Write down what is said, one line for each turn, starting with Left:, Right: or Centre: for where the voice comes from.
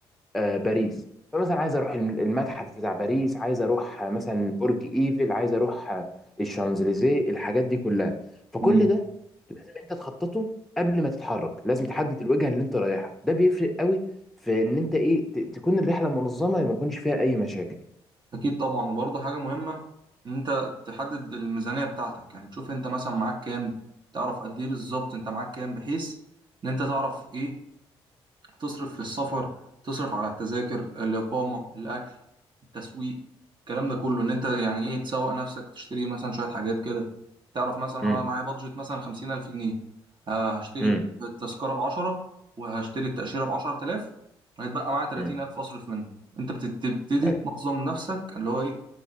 Centre: آه، باريس فمثلا عايز اروح الم- المتحف بتاع باريس عايز اروح آه، مثلا برج ايفل عايز اروح آه، الشانزليزيه الحاجات دي كلها فكل
Right: مم.
Centre: ده انت تخططه قبل ما تتحرك لازم تحدد الوجهه اللي انت رايحها ده بيفرق قوي في ان انت ايه ت... تكون الرحله منظمه ما يكونش فيها اي مشاكل
Right: أكيد طبعا وبرضه حاجة مهمة إن أنت تحدد الميزانية بتاعتك يعني تشوف أنت مثلا معاك كام تعرف قد إيه بالظبط أنت معاك كام بحيث إن أنت تعرف إيه تصرف في السفر تصرف على التذاكر الإقامة الأكل التسويق الكلام ده كله إن أنت يعني إيه تسوق نفسك تشتري مثلا شوية حاجات كده تعرف مثلا
Centre: امم
Right: أنا معايا بادجت مثلا خمسين ألف جنيه ه- هشتري
Centre: امم
Right: التذكرة بعشرة وهشتري التأشيرة بعشرة آلاف هيتبقى معايا تلاتين
Centre: امم
Right: ألف أصرف منهم أنت بتت- بتبتدي
Centre: اي
Right: تنظم نفسك اللي هو إيه